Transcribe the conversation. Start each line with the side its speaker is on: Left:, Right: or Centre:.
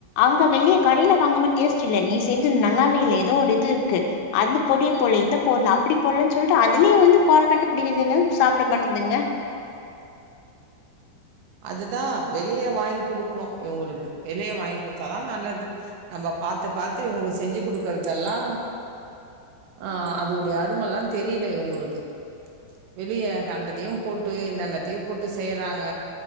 Left: அங்க வெளி கடைல வாங்க மா டேஸ்ட் இல்ல நீ செஞ்சது நல்லாவே இல்ல எதோ ஒன்னு இது இருக்கு அந்த பொடிய போலே இத போட்ல அப்டி போட்லன் சொல்ட்டு அதுலயு வந்து கொற கண்டு பிடிக்குதுங்க சாப்புட மாட்டுதுங்க
Right: அதுதா வெளிய வாங் குடுக்குணு இவுங்ளுக்கு வெளிய வாங் குடுத்தாதா நல்லது நம்ம பாத்து பாத்து இவுங்ளுக்கு செஞ்சு குடுக்குறதெல்லா ஆஹ் அதோட்ய அருமல்லா தெரில இவுங்குளுக்கு வெளிய கண்டத்தியு போட்டு என்னென்னத்தியோ போட்டு செய்றாங்க